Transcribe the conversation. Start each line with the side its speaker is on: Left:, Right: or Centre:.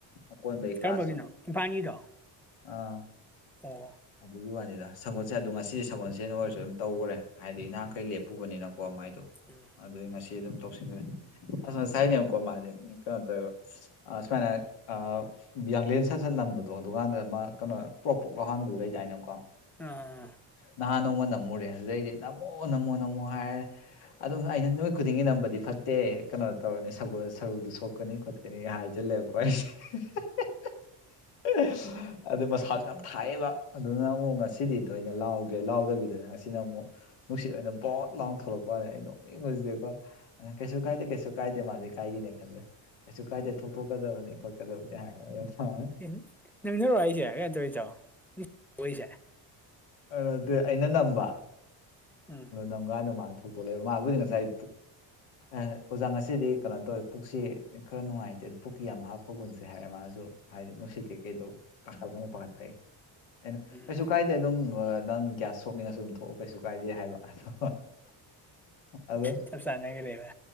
Left: ꯑꯀ‌ꯣꯟꯕꯩ ꯀ꯭ꯂꯥꯁꯇꯨ
Centre: ꯀꯔꯝꯕꯒꯤꯅꯣ ꯏꯝꯐꯥꯜꯒꯤꯗꯣ
Left: ꯑꯥ
Centre: ꯑꯣ
Left: ꯑꯗꯨꯒꯤ ꯋꯥꯅꯤꯗ ꯁꯒꯣꯜꯁꯦ ꯑꯗꯨ ꯉꯁꯤꯗꯤ ꯁꯒꯣꯜꯁꯦꯟ ꯑꯣꯏꯔꯁꯨ ꯑꯗꯨꯝ ꯇꯧꯒ꯭ꯔꯦ ꯍꯥꯏꯗꯤ ꯅꯍꯥꯟꯈꯩ ꯂꯦꯞꯄꯨꯕꯅꯤꯅꯀꯣ ꯃꯥꯏꯗꯨ
Centre: ꯎꯝ
Left: ꯑꯗꯨꯏ ꯉꯁꯤ ꯑꯗꯨꯝ ꯇꯧꯁꯤꯟꯒꯔꯦ ꯑꯁ ꯉꯁꯥꯏꯅꯦꯕꯀꯣ ꯃꯥꯗꯤ ꯀꯅꯣ ꯇꯧꯋꯦꯕ ꯑ ꯁꯃꯥꯏꯅ ꯑ ꯌꯥꯡꯂꯦꯟ ꯁꯠꯁꯠ ꯅꯝꯕꯗꯣ ꯑꯗꯨꯒꯥꯟꯗ ꯑꯃ ꯀꯩꯅꯣ ꯄ꯭ꯔꯣꯛ ꯄ꯭ꯔꯣꯛ ꯂꯩꯗꯥꯏꯅ‌ꯦ ꯀ‌ꯣ
Centre: ꯑꯥ
Left: ꯅꯍꯥꯟ ꯅꯣꯡꯃ ꯅꯝꯃꯨꯔꯦ ꯑꯗꯨꯗꯩꯗꯤ ꯅꯝꯃꯣ ꯅꯝꯃꯣ ꯅꯝꯃꯣ ꯍꯥꯏꯔꯦ ꯑꯗꯨꯁꯨ ꯑꯩꯅ ꯅꯨꯃꯤꯠ ꯈꯨꯗꯤꯡꯒꯤ ꯅꯝꯕꯗꯤ ꯐꯠ ꯇꯦ ꯀꯩꯅꯣ ꯇꯧꯔꯅꯤ ꯁꯔꯨꯗꯨ ꯁꯣꯛꯀꯅꯤ ꯈꯣꯠꯀꯅꯤ ꯍꯥꯏꯖꯤꯜꯂ‌ꯦ ꯀꯣꯏꯁ <unintelligible> ꯑꯗꯨ ꯃꯁꯥꯁꯨ ꯌꯥꯝ ꯊꯥꯏꯌꯦꯕ ꯑꯗꯨꯅ ꯑꯃꯨꯛ ꯉꯁꯤꯗꯤ ꯊꯣꯏꯅ ꯂꯥꯎꯗ꯭ꯔꯦ ꯂꯥꯎꯗꯕꯤꯗꯅ ꯉꯁꯤꯅ ꯑꯃꯨꯛ ꯅꯨꯡꯁꯤꯠ ꯑꯣꯏꯅ ꯕꯣꯠ ꯂꯥꯎꯟ ꯊꯣꯛꯂꯛꯄ ꯋꯅꯦ ꯑꯩꯩ ꯅꯣꯛꯅꯤꯡꯕꯖꯤꯗꯤꯀꯣ ꯀꯩꯁꯨ ꯀꯥꯏꯗꯦ ꯀꯩꯁꯨ ꯀꯥꯏꯗꯦ ꯃꯥꯗꯤ ꯏꯀꯥꯏꯒꯦꯅꯦ ꯈꯜꯂꯦ ꯀꯩꯁꯨ
Centre: ꯎꯝ
Left: ꯀꯥꯏꯗꯦ ꯊꯣꯛ ꯇꯣꯛꯀꯗꯕꯅꯤ ꯈꯣꯠꯀꯗꯕꯅꯤ ꯍꯥꯏꯔꯒ ꯃꯥꯅ
Centre: ꯎꯝ ꯅꯃꯤꯟꯅꯔꯣ ꯑꯩꯁꯦ ꯀꯩꯅ ꯇꯧꯔꯤꯗꯁꯦ
Left: ꯑ ꯑꯗꯨ ꯑꯩꯅ ꯅꯝꯕ
Centre: ꯎꯝ
Left: ꯅꯝꯒꯥꯟꯗ ꯃꯥ ꯊꯣꯛꯇꯣꯛ ꯂꯩꯛꯏꯕ ꯃꯥꯕꯨꯗꯤ ꯉꯁꯥꯏ꯫ ꯑꯣꯖꯥ ꯉꯁꯤꯗꯤ ꯀꯩꯅꯣ ꯇꯧꯋꯤ ꯄꯨꯛꯁꯤ ꯈꯔ ꯅꯨꯡꯉꯥꯏꯇꯦ ꯑꯗꯨ ꯄꯨꯛꯀꯤ ꯌꯥꯝ ꯍꯥꯞꯄ ꯒꯨꯟꯁꯦ ꯍꯥꯏꯔꯦ ꯃꯥꯅꯁꯨ꯫ ꯍꯥꯏꯗꯤ ꯅꯨꯡꯁꯤꯠ ꯀꯩꯀꯩꯗꯣ ꯀꯥꯡꯈꯠ ꯂꯛꯀꯅꯤ ꯄꯥꯈꯠꯄꯩ ꯑꯩꯅ
Centre: ꯎꯝ
Left: ꯀꯩꯁꯨ ꯀꯥꯏ꯫ ꯑꯗꯨꯝ ꯅꯪ ꯒ꯭ꯌꯥꯁ ꯊꯣꯛꯅꯤꯡꯉꯁꯨ ꯑꯗꯨꯝ ꯊꯣꯛꯑꯣ ꯀꯩꯁꯨ ꯀꯥꯏꯗꯦ ꯍꯥꯏꯕ ꯑꯗꯣ ꯑꯗꯣ
Centre: ꯆꯞ ꯆꯅꯒ ꯂꯩꯕ